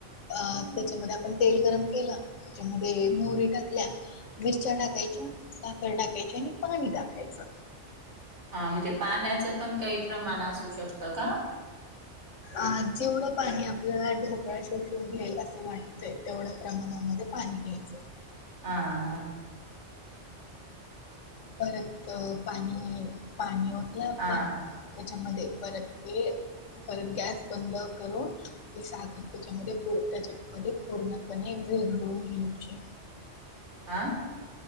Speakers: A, on the left; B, on the right.
A: अ त्याच्यामध्ये आपण तेल गरम केलं, त्याच्यामध्ये मोहरी टाकल्या. मिरच्या टाकायच्या, साखर टाकायच्या, आणि पाणी टाकायचं.
B: हा म्हणजे पाण्याचं पण काही प्रमाण असू शकतं का?
A: अ जेवढं पाणी आपल्याला ढोकळा शोषून घेईल असं वाटतंय तेवढं- प्रमाणामध्ये पाणी घ्यायचं.
B: हा हा.
A: परत पाणी पाणी ओतलं आपण-
B: हां.
A: त्याच्यामध्ये परत ते परत गॅस बंद करून- ती साखर त्याच्यामध्ये पु त्याच्यामध्ये पूर्णपणे विघळून घ्यायची.
B: आं?